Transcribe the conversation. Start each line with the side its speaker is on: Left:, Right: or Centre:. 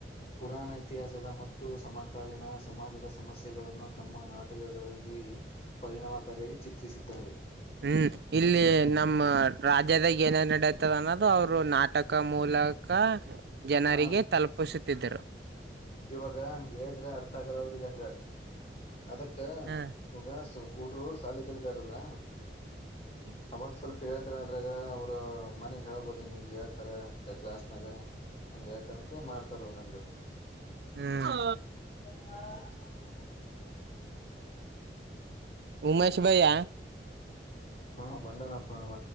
Left: ಪುರಾಣ ಇತಿಹಾಸದ ಮತ್ತು ಸಮಕಾಲೀನ ಸಮಾಜದ ಸಮಸ್ಯೆಗಳನ್ನು ತಮ್ಮ ನಾಟಕಗಳಲ್ಲಿ ಪರಿಣಾಮಕಾರಿಯಾಗಿ ಚಿತ್ರಿಸಿದ್ದಾರೆ.
Right: ಹ್ಮ್ ಇಲ್ಲಿ ನಮ್ಮ ರಾಜ್ಯದಾಗ ಏನ್ ಏನ್ ನಡೆತ್ತದ ಅನ್ನೋದು ಅವ್ರು ನಾ ನಾಟಕ ಮೂಲಕ ಜನರಿಗೆ
Left: ಹ
Right: ತಲುಪಿಸುತ್ತಿದ್ದರು.
Left: ಇವಾಗ ಹಂಗ ಹೇಳಿದ್ರೆ ಅರ್ಥ ಆಗಲ್ಲ ಅವ್ರಿಗೆ ಹಂಗ. ಅದಕ್ಕ
Right: ಹ್ಮ
Left: ಇವಗ ಹುಡ್ರು ಶಾಲೆ ಕಲಿತಾರಲ್ಲ
Right: <inaudible>
Left: ಅವಾಗ ಸ್ವಲ್ಪ ಹೇಳಿದ್ರ ಅದ್ರಾಗ ಅವ್ರ ಮನೆಗ್ ಹೇಳ್ಬೋದು ಹಿಂಗ ಹಿಂಗ್ ಹೇಳ್ತಾರ ಕ್ಲಾಸ್ನಾಗ. ಹಂಗ ಹೇಳ್ತಾರ ಅಂತ ಮಾಡ್ತಾರ ಅವರು ಹಂಗ.
Right: ಹ್ಮ ಹಾ
Left: ಆ
Right: ಉಮೇಶ್ ಭೈಯ
Left: ಹ್ಮ ಬಂದನಪ್ಪ ಅವ